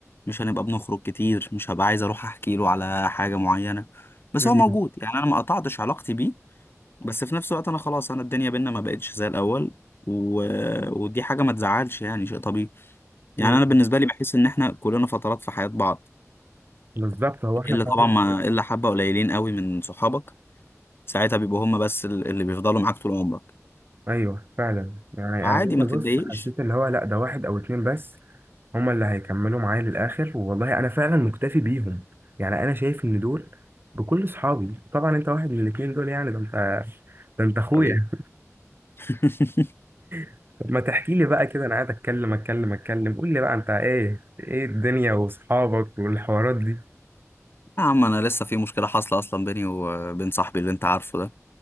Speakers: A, on the left; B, on the right.
A: مش هنبقى بنخرج كتير مش هبقى عايز اروح احكي له على حاجة معينة بس
B: مم.
A: هو موجود يعني انا ما قطعتش علاقتي بيه بس في نفس الوقت انا خلاص انا الدنيا بينا ما بقتش زي الاول و... ودي حاجه ما تزعلش يعني شيء طبيعي يعني
B: مم.
A: انا بالنسبه لي بحس ان احنا كلنا فترات في حياه بعض
B: بالظبط هو إحنا
A: الا
B: فعلا
A: طبعا ما الا حبه قليلين قوي من صحابك ساعتها بيبقوا هم بس ال- اللي بيفضلوا معاك طول عمرك
B: ايوه فعلا يعني
A: عادي
B: انا جيت
A: ما
B: ابص
A: تتضايقش
B: حسيت اللي هو لا ده واحد او اتنين بس هما اللي هيكملوا معايا للاخر والله انا فعلا مكتفي بيهم يعني انا شايف ان دول بكل صحابي طبعا انت واحد من الاتنين دول يعني ده انت ده انت اخويا
A: حبيبي <laughs>
B: <laughs> طب ما تحكي لي بقى كده انا قاعد اتكلم اتكلم اتكلم قول لي بقى انت ايه ايه الدنيا واصحابك والحوارات دي
A: يا عم انا لسه في مشكله حاصله اصلا بيني وبين صاحبي اللي انت عارفه ده